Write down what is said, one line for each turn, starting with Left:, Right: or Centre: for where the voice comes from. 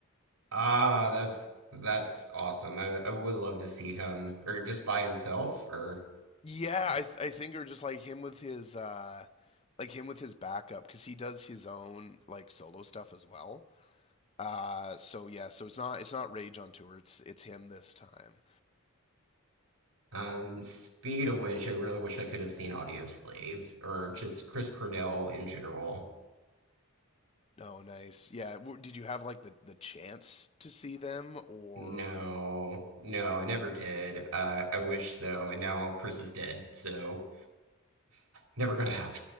Right: Ah, that's that's awesome. I, I would love to see him, or just by himself, or
Left: Yeah, I th- I think or just like him with his uh, like him with his backup because he does his own like solo stuff as well. Uh, so yeah, so it's not it's not Rage on tour. It's it's him this time.
Right: um, speed of which I really wish I could have seen Audio Slave, or just Chris Cornell in general.
Left: Oh, nice. Yeah, w- did you have like the the chance to see them or?
Right: No, no, I never did. Uh, I wish though, and now Chris is dead, so never gonna happen.